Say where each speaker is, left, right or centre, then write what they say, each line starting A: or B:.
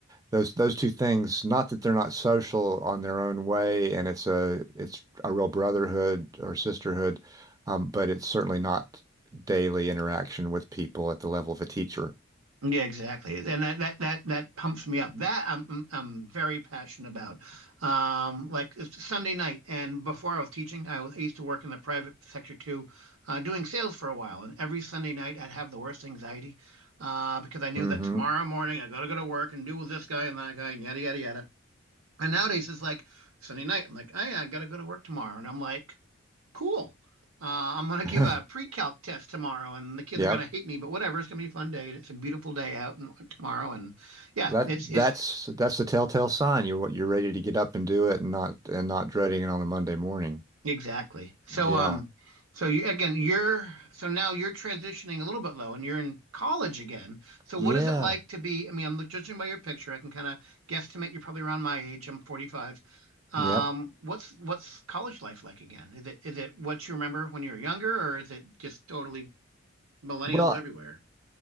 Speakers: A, on the right; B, on the right.
A: those those two things, not that they're not social on their own way, and it's a it's a real brotherhood or sisterhood, um, but it's certainly not daily interaction with people at the level of a teacher.
B: Yeah, exactly, and that that that that pumps me up. That I'm mm, I'm very passionate about. Um, like it's Sunday night, and before I was teaching, I was I used to work in the private sector too, uh, doing sales for a while. And every Sunday night, I'd have the worst anxiety, uh, because I knew
A: hmm
B: that tomorrow morning I gotta go to work and deal with this guy and that guy and yada yada yada. And nowadays it's like Sunday night. I'm like, oh, yeah, I gotta go to work tomorrow, and I'm like. Cool. Uh, I'm gonna give
A: <laughs>
B: a pre-calc test tomorrow, and the kids
A: Yep.
B: are gonna hate me, but whatever. It's gonna be a fun day, and it's a beautiful day out and tomorrow, and yeah,
A: That
B: it's it's
A: that's that's the telltale sign. You're you're ready to get up and do it and not and not dreading it on a Monday morning.
B: exactly. So
A: Yeah.
B: um, so you again, you're so now you're transitioning a little bit low, and you're in college again. So what
A: Yeah.
B: is it like to be? I mean, I'm judging by your picture, I can kind of guesstimate you're probably around my age. I'm 45. Um,
A: Yep.
B: what's what's college life like again? Is it is it what you remember when you were younger, or is it just totally millennials
A: Well,
B: everywhere?